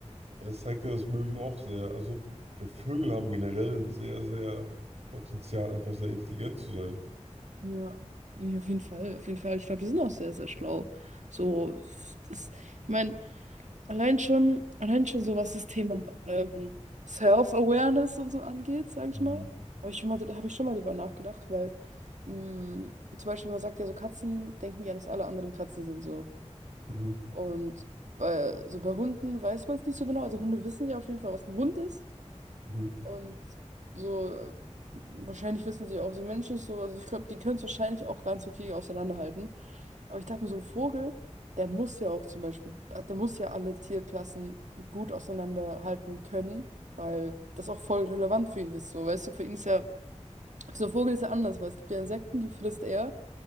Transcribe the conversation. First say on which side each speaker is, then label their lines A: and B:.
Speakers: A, on the right; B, on the right.
A: ja, es zeigt ja, dass Möwen auch sehr, also ich glaube, Vögel haben generell ein sehr, sehr Potenzial, einfach sehr intelligent zu sein.
B: Ja, nee, auf jeden Fall, auf jeden Fall. Ich glaube, die sind auch sehr, sehr schlau. So, das, ich meine, allein schon, allein schon so, was das Thema ähm, Self-Awareness und so angeht, sage ich
A: Mhm.
B: mal. Habe ich schon mal, habe ich schon mal drüber nachgedacht, weil mh, zum Beispiel man sagt ja so, Katzen denken ja, dass alle anderen Katzen sind so.
A: Mhm.
B: Und weil so bei Hunden weiß man es nicht so genau. Also Hunde wissen ja auf jeden Fall, was ein Hund ist.
A: Mhm.
B: Und so, äh, wahrscheinlich wissen sie auch, so ein Mensch ist so, also ich glaube, die können es wahrscheinlich auch ganz okay auseinanderhalten. Aber ich dachte mir, so ein Vogel, der muss ja auch zum Beispiel, der muss ja alle Tierklassen gut auseinanderhalten können, weil das auch voll relevant für ihn ist. So, weißt du, für ihn ist ja, so ein Vogel ist ja anders, weil es gibt ja Insekten, die frisst er.